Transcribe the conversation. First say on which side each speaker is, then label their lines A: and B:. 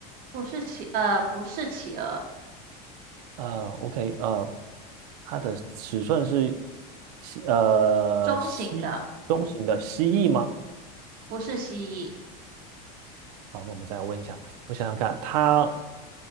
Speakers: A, on the right (about 45°); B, on the right (about 70°).
A: 不是企呃不是企鹅，
B: 呃，OK，呃，它的尺寸是西呃西中型的蜥蜴吗？
A: 中型的，不是蜥蜴，
B: 好，那我们再问一下，我想想看，它